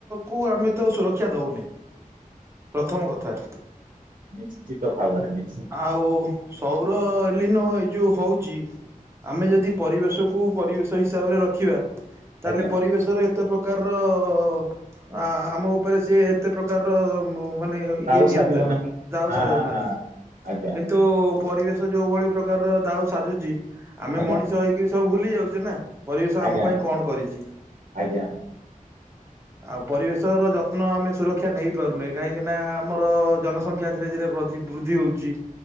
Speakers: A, on the right; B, on the right.
A: କୁ ଆମେ ତ ସୁରକ୍ଷା ଦଉ ପ୍ରଥମ କଥା
B: ନିଶ୍ଚିତ ଭାବରେ ନି
A: ଆଉ ସୌର ଏଲିନୋ ଏଇ ଯୋଉ ହଉଚି ଆମେ ଯଦି ପରିବେଶକୁ ପରିବେଶ ହିସାବରେ ରଖିବା ତାହେଲେ
B: ଆଜ୍ଞା
A: ପରିବେଶରେ ଏତେ ପ୍ର ପ୍ରକାରର ଆ ଆମ ଉପରେ ସିଏ ଏତେ ପ୍ରକାରର ଉଁମ ମାନେ
B: ତାଉ
A: ଇଏ ନିଅନ୍ତତାନି
B: ସାଧିବ ନାହିଁ।
A: ଦାଉ
B: ହଁ
A: ସାଜତାନି
B: ହଁ ଆଜ୍ଞା।
A: ତୋ ପରିବେଶ ଯୋଉ ଭଳି ପ୍ରକାର ଦାଉ ସାଜୁଚି ଆମେ
B: ଆଜ୍ଞା
A: ମଣିଷ ହେଇକିରି ତ ଭୁଲି ଯାଉଚି ନାଁ ପରିବେଶ
B: ଆଜ୍ଞା
A: ଆମ ପାଇଁ କଣ କରିଚି?
B: ଆଜ୍ଞା।
A: ଆ ପରିବେଶର ଯତ୍ନ ଆମେ ସୁରକ୍ଷା ନେଇ ପାରୁନେ କାହିଁକି ନା ଆମର ଜନ ସଂଖ୍ୟା ଧୀରେ ଧୀରେ ବଦ୍ଧି ବୃଦ୍ଧି ହଉଚି